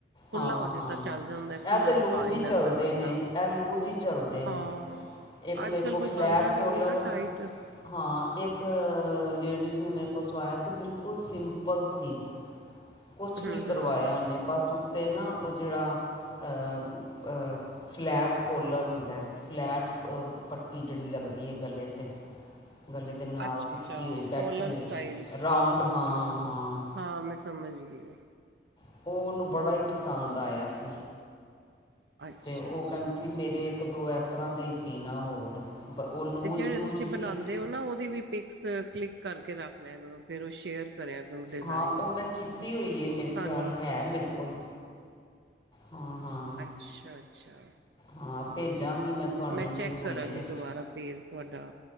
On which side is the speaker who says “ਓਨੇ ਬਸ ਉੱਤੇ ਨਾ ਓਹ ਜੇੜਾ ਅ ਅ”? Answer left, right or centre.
Left